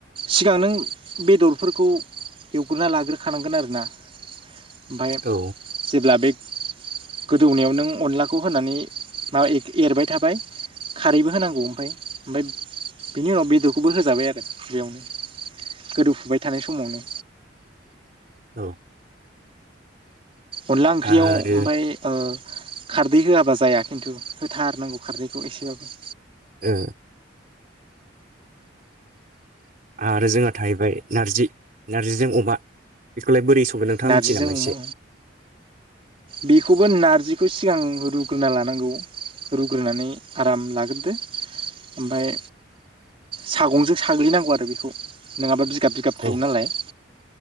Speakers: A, on the right; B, on the right.
A: सिगां नों बेदरफोरखौ एवग्रोना लाग्रोखानांगोन आरोना। ओमफ्राय
B: औ
A: जेब्ला बे। गोदौनायाव नों अनलाखौ होनानै माबा एरबाय थाबाय खारैबो होनांगौ ओमफाय ओमफ्राय। बेनि उनाव बेदरखौबो होजाबाय आरो बेयावनो गोदौफुबाय थानाय समावनो।
B: औ।
A: अनला ओंख्रियाव
B: आरो
A: ओमफ्राय ओ खारदै होआबा जाया खिन्थु होथारनांगौ खारदैखौ एसेबाबो
B: ओ आरो जोंहा थाहैबाय नारजि नारजि जों अमा बेखोलाय बोरै सं गोन नोंथांआ
A: नारजिजों
B: मिथियोनामा
A: अमा
B: इसे
A: बेखौबो नारजिखौ सिगां रुग्रोना लानांगौ रुग्रोनानै आराम लाग्रोदो ओमफाय सागंजों साग्लिनांगौ आरो बेखौ नोङाबा बिगाब बिगाब थायो
B: औ
A: नालाय।